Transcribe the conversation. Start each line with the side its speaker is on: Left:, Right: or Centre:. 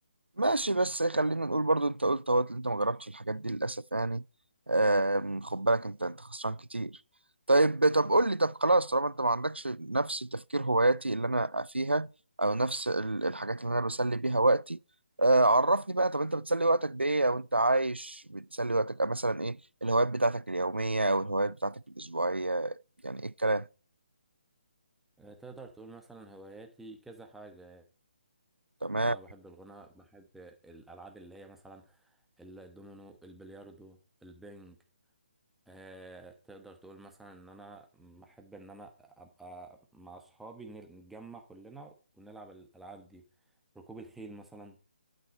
Right: ماشي بس خلينا نقول برضو انت قلت اهوت اللي انت ما جربتش الحاجات دي للاسف يعني آم، خد بالك انت انت خسران كتير طيب طب قول لي طب خلاص طالما انت ما عندكش نفس تفكير هواياتي اللي انا فيها او نفس ال- الحاجات اللي انا بسلي بيها وقتي آه، عرفني بقى طب انت بتسلي وقتك بايه او انت عايش بتسلي وقتك آه، مثلا ايه الهوايات بتاعتك اليومية او الهوايات بتاعتك الاسبوعية يعني ايه الكلام
Centre: آه، تقدر تقول مثلا هواياتي كذا حاجة
Right: تمام
Centre: انا بحب الغناء بحب الالعاب اللي هي مثلا الدومينو البلياردو البنج آه تقدر تقول مثلا ان انا بحب ان انا ابقى مع اصحابي نل- نتجمع كلنا ونلعب الالعاب دي ركوب الخيل مثلا